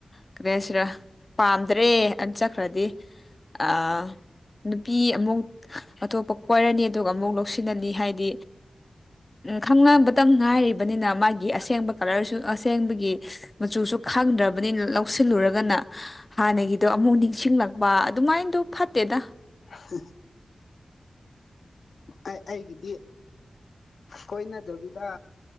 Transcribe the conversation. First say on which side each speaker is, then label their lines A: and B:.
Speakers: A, on the left; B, on the left.
A: ꯀꯔꯤ ꯍꯥꯏꯁꯤꯔ ꯄꯥꯝꯗ꯭ꯔꯦ ꯑ ꯆꯠꯈ꯭ꯔꯗꯤ ꯑꯥ ꯅꯨꯄꯤ ꯑꯃꯨꯛ ꯑꯇꯣꯞꯄ ꯀꯣꯏꯔꯅꯤ ꯑꯗꯨꯒ ꯑꯃꯨꯛ ꯂꯧꯁꯤꯂꯅꯤ ꯍꯥꯏꯗꯤ ꯈꯪꯅꯕꯇꯪ ꯉꯥꯏꯔꯤꯕꯅꯤꯅ ꯃꯥꯒꯤ ꯑꯁꯦꯡꯕ ꯀꯂꯔꯁꯨ ꯑꯁꯦꯡꯕꯒꯤ ꯃꯆꯨꯁꯨ ꯈꯪꯗ꯭ꯔꯕꯅꯤꯅ ꯂꯧꯁꯤꯜꯂꯨꯔꯒꯅ ꯍꯥꯟꯅꯒꯤꯗꯣ ꯑꯃꯨꯛ ꯅꯤꯡꯁꯤꯡꯂꯛꯄ ꯑꯗꯨꯃꯥꯏꯗꯣ ꯐꯠꯇꯦꯗ
B: <unintelligible> ꯑꯩ ꯑꯩꯒꯤꯗꯤ ꯀꯣꯏꯅꯗꯕꯤꯗ